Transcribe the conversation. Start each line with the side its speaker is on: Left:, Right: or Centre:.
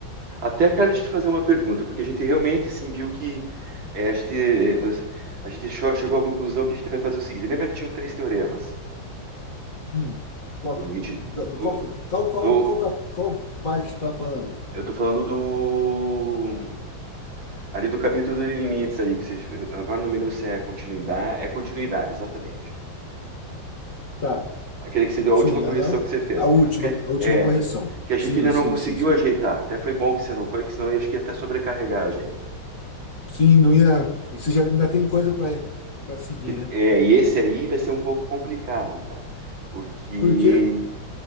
Right: Até, cara, deixa eu te fazer uma pergunta, porque a gente realmente, assim, viu que é, a gente, você- a gente chegou chegou à conclusão que a gente vai fazer o seguinte. Lembra que tinham três teoremas?
Left: Hum. Qual,
Right: O 20,
Left: do, da- do qual,
Right: o,
Left: qual, qual,
Right: do-
Left: qual, cap- qual parte que tá falando?
Right: eu tô falando do... Ali do capítulo de limites ali, que você, agora não me lembro se é continuidade, é continuidade, exatamente.
Left: Tá,
Right: Aquele que se deu
Left: sim,
Right: a última correção
Left: aham.
Right: que você fez.
Left: A última,
Right: Porque,
Left: a última
Right: é,
Left: correção.
Right: que a gente
Left: Sim,
Right: ainda
Left: sim,
Right: não conseguiu
Left: sim, sim.
Right: ajeitar. Até foi bom que você não foi, que senão eu acho que ia até sobrecarregar a gente.
Left: Sim, não ia. Isso já ainda tem coisa pra para seguir, né?
Right: É, e esse aí vai ser um pouco complicado, cara. Porque.
Left: Por quê?